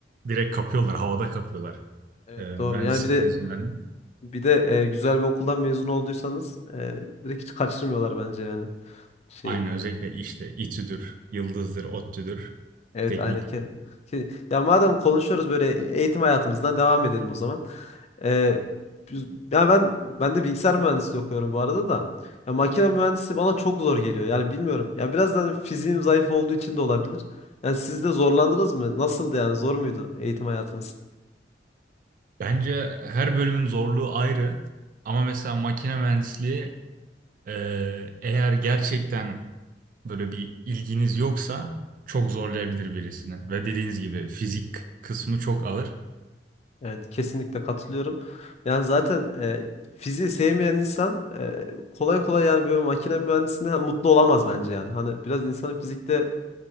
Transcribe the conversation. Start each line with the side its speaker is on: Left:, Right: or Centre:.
Right: direkt kapıyorlar, havada kapıyorlar
Left: evet
Right: ee, mühendislik
Left: doğru. Yani bir de
Right: mezunlarını.
Left: bir de e, güzel bir okuldan mezun olduysanız e, direkt hiç kaçırmıyorlar bence yani şeyi.
Right: Aynı özellikle işte İTÜ'dür, Yıldız'dır, ODTÜ'dür,
Left: Evet
Right: teknik.
Left: aynen. Ke- Ke- Ya madem konuşuyoruz böyle eğitim hayatımızdan devam edelim o zaman. Ee, biz- ya ben ben de bilgisayar mühendisliği okuyorum bu arada da. Ya makine mühendisi bana çok zor geliyor. Yani bilmiyorum. Ya biraz da hani fiziğim zayıf olduğu için de olabilir. Yani siz de zorlandınız mı? Nasıldı yani? Zor muydu eğitim hayatınız?
Right: Bence her bölümün zorluğu ayrı. Ama mesela makine mühendisliği e, eğer gerçekten böyle bir ilginiz yoksa çok zorlayabilir birisini. Ve dediğiniz gibi fizik kısmı çok ağır.
Left: Evet, kesinlikle katılıyorum. Yani zaten e, fiziği sevmeyen insan e, kolay kolay yani böyle makine mühendisliğinde hani mutlu olamaz bence yani. Hani biraz insanın fizikte